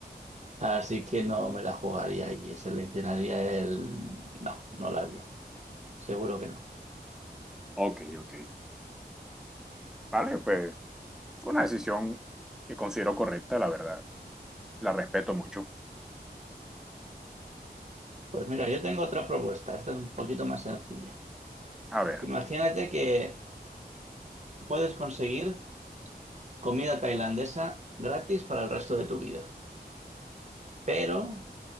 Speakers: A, on the right; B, in the centre.
A: así que no me la jugaría y seleccionaría el... No, no la haría. Seguro que no.
B: Ok, ok. Vale, pues fue una decisión que considero correcta, la verdad. La respeto mucho.
A: Pues mira, yo tengo otra propuesta. Esta es un poquito más sencilla.
B: A ver,
A: Imagínate que puedes conseguir comida tailandesa gratis para el resto de tu vida, pero